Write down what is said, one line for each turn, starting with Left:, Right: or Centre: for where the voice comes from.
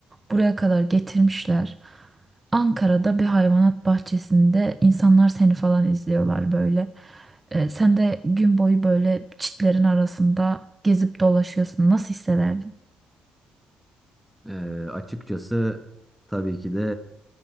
Right: buraya kadar getirmişler. Ankara'da bir hayvanat bahçesinde insanlar seni falan izliyorlar böyle. E, sen de gün boyu böyle çitlerin arasında gezip dolaşıyorsun. Nasıl hissederdin?
Centre: E, açıkçası tabii ki de